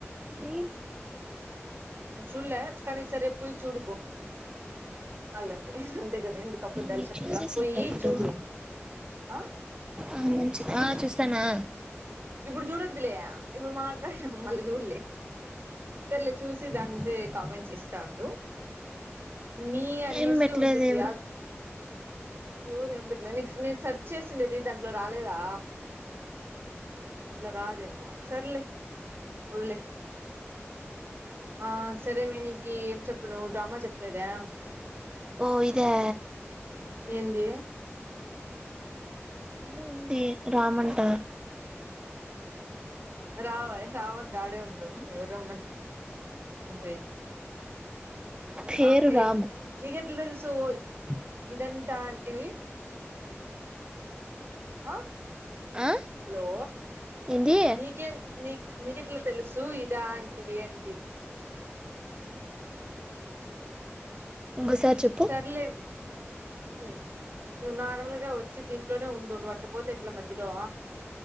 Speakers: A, on the right; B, on the right.
A: సేమ్
B: నువ్ చూలే కానీ సరేపు పోయి చూడబో చళ్ళంటే అంతే కదా ఎందుకు అప్పడాలు
A: నేను
B: చేపల
A: చూసేసి
B: పోయి
A: ఉంటా ఇప్పుడు
B: చూడు ఆ
A: ఆ మంచిది ఆ చూస్తానా
B: ఇప్పుడు చూడొద్లే ఇప్పుడు మాట్లాడు మళ్ళీ చూడలే సర్లే చూసి దాని మిదే కామెంట్స్ ఇస్తా ఉండు మీ అనేసి
A: ఏం పెట్టలేదు
B: ఉంటుంది
A: ఎవరు
B: ఎవర ఏం పెట్లేలేదు నీకు నేను సెర్చ్ చేసిండేది దాంట్లో రాలేదా అట్లా రాదేమో సర్లే వొదిలెయ్ ఆ సరే మీ నీకి ఏం చెప్పను డ్రామా చెప్పేదా
A: ఓ ఇదా
B: ఏంది
A: ఎన్న ఉంది రామంట
B: రావ రావ వధూ ఆడే ఉండు ఎవరో ఉందని ఉండే
A: పేరు
B: ఆ తెలే
A: రాము
B: నీకే ఎట్ల తెల్సువోయ్ ఇదంతా అంతివి ఆ
A: ఆ
B: హలో
A: ఏంది
B: నీకేం నీ నీ కేట్ల తెలుసు ఇది ఇదా అంటి వి ఏంటి
A: ఇంకోసారి చెప్పు
B: సర్లే మే నువ్వు నార్మల్గా వచ్చి దీంట్లోనే ఉండు నువ్వు అట్ల పోతే ఎట్ల మధ్యలో